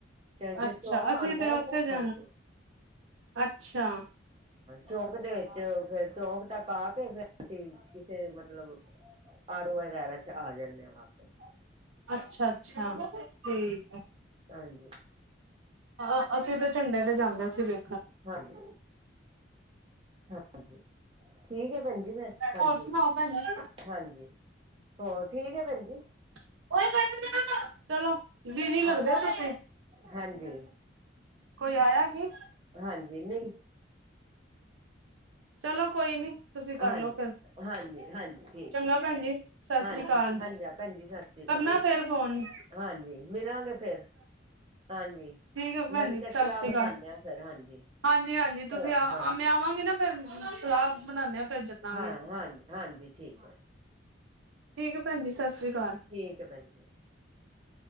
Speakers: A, on the right (about 30°); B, on the right (about 90°).
A: ਚਲੋ ਜੇ
B: ਅੱਛਾ
A: ਚੌਂਕ
B: ਅਸੀਂ
A: ਆਉਂਦਾ
B: ਤੇ
A: ਹੈ, ਔਥੇ
B: ਉੱਥੇ
A: ਖੱਲ
B: ਜਾਣਾ
A: ਜਾਔ।
B: ਅੱਛਾ
A: ਚੌਂਕ ਦੇ ਵਿੱਚ, ਫੇਰ ਚੌਂਕ ਤੱਕ ਆ ਕੇ, ਫੇਰ ਅਸੀਂ ਕਿਸੇ, ਮਤਲਬ ਆਟੋ ਵਗੈਰਾ ਚ ਆ ਜਾਂਨੇ ਆ ਵਾਪਸ।
B: ਅੱਛਾ ਅੱਛਾ ਠੀਕ ਐ।
A: ਹਾਂਜੀ
B: ਹਾ, ਅਸੀਂ ਤੇ ਝੰਡੇ ਤੇ ਜਾਂਦੇ ਸੀਗੇ।
A: ਹਾਂਜੀ ਹਾਂਜੀ ਠੀਕ ਹੈ ਭੈਣ ਜੀ ਫੇਰ, ਹਾਂਜੀ
B: ਹੋਰ ਸੁਣਾਓ ਭੈਣ ਜੀ
A: ਹਾਂਜੀ। ਹੋਰ, ਠੀਕ ਹੈ ਭੈਣਜੀ
B: <inaudible> ਚਲੋ ਬਿਜੀ ਲੱਗਦੇ
A: ਹਾਂ
B: ਹੋ ਤੁਸੀਂ।
A: ਹਾਂਜੀ,
B: ਕੋਈ ਆਇਆ ਕੀ
A: ਹਾਂਜੀ ਨਹੀਂ
B: ਚਲੋ ਕੋਈ ਨੀ, ਤੁਸੀਂ
A: ਹਾਂਜੀ
B: ਕਰਲੋ ਫਿਰ।
A: ਹਾਂਜੀ ਹਾਂਜੀ ਠੀਕ
B: ਚੰਗਾ
A: ਆ
B: ਭੈਣ ਜੀ ਸਤਿ
A: ਹਾਂਜੀ
B: ਸ੍ਰੀ ਅਕਾਲ
A: ਹਾਂਜੀ, ਭੈਣ ਜੀ ਸਤਿ ਸ੍ਰੀ ਅਕਾਲ।
B: ਕਰਨਾ ਫੇਰ ਫੋਨ
A: ਹਾਂਜੀ ਮਿਲਾਂਗੇ ਫੇਰ, ਹਾਂਜੀ
B: ਠੀਕ ਆ ਭੈਣ
A: ਮਿਲ
B: ਜੀ
A: ਕੇ
B: ਸਤਿ
A: ਸਲਾਹ
B: ਸ੍ਰੀ
A: ਬਣਾਨੇ
B: ਅਕਾਲ
A: ਹਾ ਫੇਰ, ਹਾਂਜੀ।
B: ਹਾਂਜੀ-ਹਾਂਜੀ ਤੁਸੀਂ
A: ਚਲੋ
B: ਆ
A: ਹਾਂ,
B: ਮੈਂ ਆਵਾਂਗੀ ਨਾ ਫਿਰ ਸਲਾਹ ਬਣਾਨੇ ਆ ਫਿਰ ਚੱਲਾਂਗੇ
A: ਹਾਂ ਹਾਂਜੀ ਹਾਂਜੀ, ਠੀਕ ਹੈ। <inaudible>
B: ਠੀਕ ਹੈ, ਭੈਣਜੀ ਸਤਿ ਸ੍ਰੀ ਅਕਾਲ
A: ਠੀਕ ਹੈ, ਭੈਣ ਜੀ